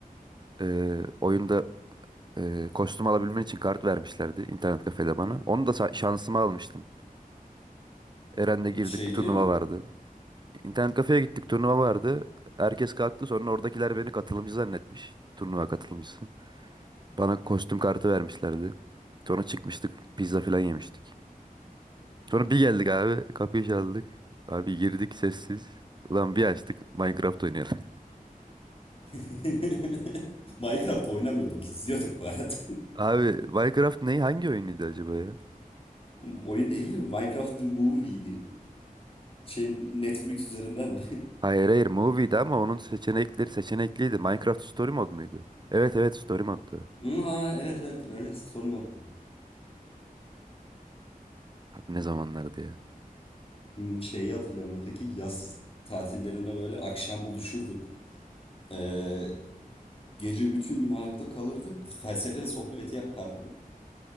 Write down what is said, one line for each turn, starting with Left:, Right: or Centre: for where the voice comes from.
Right: Ee, oyunda e, kostüm alabilmen için kart vermişlerdi internet kafede bana. Onu da sa- şansıma almıştım. Eren'le
Left: <laughs>
Right: girdik
Left: Şey
Right: turnuva
Left: değil mi?
Right: vardı. İnternet kafeye gittik turnuva vardı. Herkes kalktı sonra oradakiler beni katılımcı zannetmiş. Turnuva katılımcısı. Bana kostüm kartı vermişlerdi. Sonra çıkmıştık pizza falan yemiştik. Sonra bir geldik abi. Kapıyı çaldık. Abi girdik sessiz. Ulan bir açtık Minecraft oynayalım.
Left: <laughs> Minecraft oynamıyorduk, izliyorduk bu arada.
Right: <laughs> Abi Minecraft ne? Hangi oyunuydu acaba ya?
Left: <laughs> Oyun değildi, Minecraft the Movie'ydi. Şey Netflix üzerinden de. <laughs>
Right: Hayır hayır Movie'di ama onun seçenekleri seçenekliydi. Minecraft Story Mode muydu? Evet evet Story Mode'du.
Left: Hı, Aa, evet evet evet Sony attım.
Right: Abi ne zamanlardı ya?
Left: Hmm, Şeyi hatırlıyor musun peki? Yaz tatillerinde böyle akşam buluşurduk. Ee, gece bütün gün ayakta kalırdık. Felsefe sohbeti yapardık.